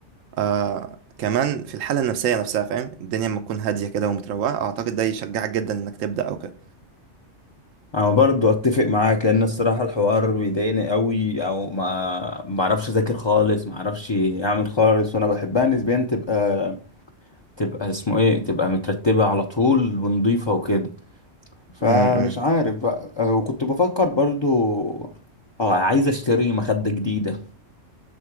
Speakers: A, on the right; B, on the left.
A: آه كمان في الحاله النفسيه نفسها فاهم الدنيا لما تكون هاديه كده ومتروقه اعتقد ده يشجعك جدا انك تبدا او كده
B: انا برضو اتفق معاك لان الصراحة الحوار بيضايقني قوي او ما ما اعرفش اذاكر خالص ما اعرفش اعمل خالص وانا بحبها نسبيا تبقى تبقى اسمه ايه تبقى مترتبة على طول ونضيفة وكده فمش
A: امم
B: عارف بقى آه، وكنت بفكر برضو اه عايز اشتري مخدة جديدة